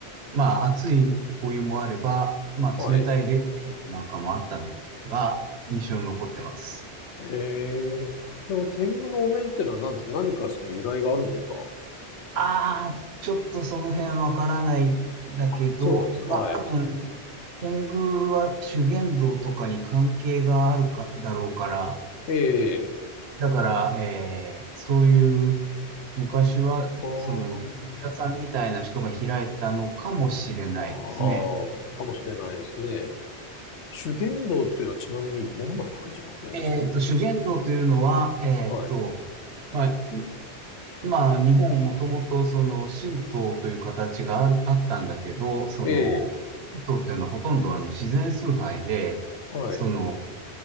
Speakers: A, on the right; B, on the left.
A: まあ、熱いお湯もあれば、まあ、
B: はい。
A: 冷たい冷泉浴なんかもあったのが印象に残ってます。
B: ええ、その天狗のお面っていうのは何ですか何かその由来があるんですか
A: ああ、ちょっとその辺わからないんだけど、
B: あ、そうなんです。はい。
A: まあ、多分、天狗は修験道とかに関係があるか、だろうから、
B: ええ、
A: だから、えーそういう昔はその業者さんみたいな人が開いたのかもしれないですね。
B: あーああ、かもしれないですね。修験道っていうのはちなみにどんな漢字書くんです
A: えっと、修験道というのは、えっと、
B: はい。
A: まあ、まあ、日本もともとその神道という形がある、あったんだけど、その、
B: ええ、
A: 神道っていうのはほとんどあの自然崇拝で、
B: はい、
A: その、